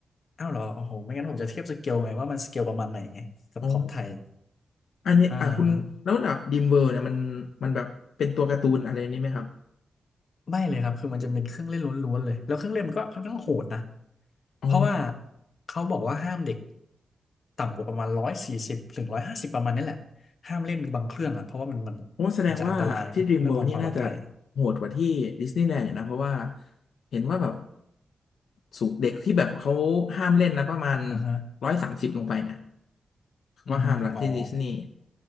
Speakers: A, on the left; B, on the left.
A: อ้าวเหรอโอ้โหไม่งั้นผมจะเทียบสเกลไงว่ามันสเกลประมาณไหนไงกับของไทย
B: อ๋ออันนี้อ่ะคุณแล้วแบบดีมเวิร์เนี่ยมันมันแบบเป็นตัวการ์ตูนอะไรนี้ไหมครับ
A: อ่าไม่เลยครับคือมันจะเป็นเครื่องเล่นล้วนๆเลยแล้วเครื่องเล่นมันก็ค่อนข้างโหดนะ
B: อ๋อ
A: เพราะว่าเขาบอกว่าห้ามเด็กต่ำกว่าประมาณร้อยสี่สิบถึงร้อยห้าสิบประมาณนี้แหละห้ามเล่นบางเครื่องอ่ะเพราะว่ามันมันอาจจะอันตรายเรื่องของความปลอดภัย
B: ผมว่าแสดงว่าที่ Dream World นี่น่าจะโหดกว่าที่ดิสนีย์แลนด์อยู่นะเพราะว่าเห็นว่าแบบสูงเด็กที่แบบเขาห้ามเล่นนะประมาณ
A: อ่าฮะ
B: ร้อยสามสิบลงไปเนี่ยเขาก็ห้ามละที่ดิสนีย์
A: อือฮึอ๋อ